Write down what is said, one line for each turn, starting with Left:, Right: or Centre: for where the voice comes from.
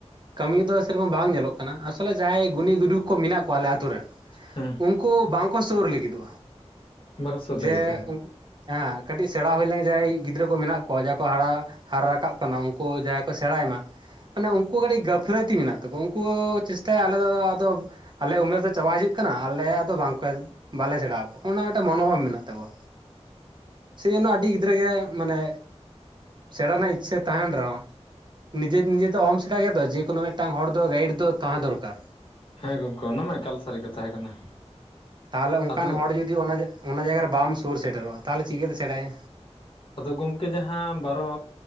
Right: ᱠᱟᱹᱢᱤ ᱫᱚ ᱥᱮᱨᱚᱠᱚᱢ ᱵᱟᱝ ᱧᱮᱞᱚᱜ ᱠᱟᱱᱟ, ᱟᱥᱚᱞᱮ ᱡᱟᱦᱟᱸᱭ ᱜᱩᱱᱤ ᱜᱩᱨᱩ ᱠᱚ ᱢᱮᱱᱟᱜ ᱠᱚᱣᱟ ᱟᱞᱮ ᱟᱛᱳ ᱨᱮᱱ
Left: ᱦᱮᱸ
Right: ᱩᱱᱠᱩ ᱵᱟᱝᱠᱚ ᱥᱩᱨ ᱞᱟᱹᱜᱤᱫᱚᱜᱼᱟ
Left: ᱵᱟᱠᱚ ᱥᱩᱨ
Right: ᱡᱮ
Left: ᱞᱟᱹᱜᱤᱫ ᱛᱮ
Right: ᱩᱱᱠᱩ ᱦᱮᱸ ᱠᱟᱹᱴᱤᱡ ᱥᱮᱸᱬᱟ ᱦᱩᱭ ᱞᱮᱱ ᱡᱟᱦᱟᱸᱭ ᱜᱤᱫᱽᱨᱟᱹ ᱠᱚ ᱢᱮᱱᱟᱜ ᱠᱚᱣᱟ, ᱡᱟᱦᱟᱸᱭ ᱠᱚ ᱦᱟᱨᱟ ᱨᱟᱠᱟᱵ ᱠᱟᱱᱟ ᱩᱱᱠᱩ ᱡᱟᱸᱦᱟ ᱠᱚ ᱥᱮᱸᱬᱟᱭ ᱢᱟ ᱢᱟᱱᱮ ᱩᱱᱠᱩ ᱠᱟᱹᱴᱤᱡ ᱜᱟᱹᱯᱷᱞᱟᱹᱛᱤ ᱢᱮᱱᱟᱜ ᱛᱟᱠᱚ ᱩᱱᱠᱩ ᱪᱮᱥᱴᱟᱭᱟ ᱟᱞᱮᱫᱚ ᱟᱫᱚ ᱟᱞᱮ ᱩᱢᱮᱨ ᱫᱚ ᱪᱟᱵᱟ ᱦᱤᱡᱩᱜ ᱠᱟᱱᱟ, ᱟᱞᱮᱭᱟᱜ ᱫᱚ ᱵᱟᱝᱠᱚ ᱵᱟᱞᱮ ᱥᱮᱸᱲᱟ ᱟᱠᱚ ᱚᱱᱟ ᱢᱤᱫᱴᱟᱝ ᱢᱚᱱᱳᱵᱷᱟᱵᱽ ᱢᱮᱱᱟᱜ ᱛᱟᱠᱚᱣᱟ᱾ ᱥᱮ ᱡᱚᱱᱱᱚ ᱟᱹᱰᱤ ᱜᱤᱫᱽᱨᱟᱹ ᱜᱮ ᱢᱟᱱᱮ ᱥᱮᱸᱬᱟ ᱨᱮᱱᱟᱜ ᱤᱪᱪᱷᱟᱹ ᱛᱟᱸᱦᱮᱱ ᱨᱮᱦᱚᱸ ᱾ ᱱᱤᱡᱮ ᱱᱤᱡᱮ ᱫᱚ ᱚᱦᱚᱢ ᱥᱮᱸᱬᱟᱭ ᱜᱮᱭᱟ ᱛᱚ ᱡᱮᱠᱳᱱᱳ ᱢᱤᱫᱴᱟᱝ ᱦᱚᱲ ᱫᱚ ᱜᱟᱭᱤᱰ ᱫᱚ ᱛᱟᱸᱦᱮ ᱫᱚᱨᱠᱟᱨ᱾
Left: ᱦᱮᱸ ᱜᱚᱢᱠᱮ ᱚᱱᱟ ᱢᱟ ᱮᱠᱟᱞ ᱥᱟᱨᱤ ᱠᱟᱛᱷᱟ ᱜᱮ ᱠᱟᱱᱟ᱾
Right: ᱛᱟᱸᱦᱚᱞᱮ ᱚᱱᱠᱟᱱ
Left: ᱟᱫᱚ
Right: ᱦᱚᱲ ᱡᱩᱫᱤ ᱚᱱᱟ ᱡᱟᱭᱜᱟ ᱨᱮ ᱵᱟᱢ ᱥᱩᱨ ᱥᱮᱴᱮᱨᱚᱜᱼᱟ ᱛᱟᱸᱦᱚᱞᱮ ᱪᱤᱠᱟᱹᱛᱮ ᱥᱮᱸᱬᱟᱭᱟ᱾
Left: ᱟᱫᱚ ᱜᱚᱢᱠᱮ ᱡᱟᱸᱦᱟ ᱵᱟᱨᱚ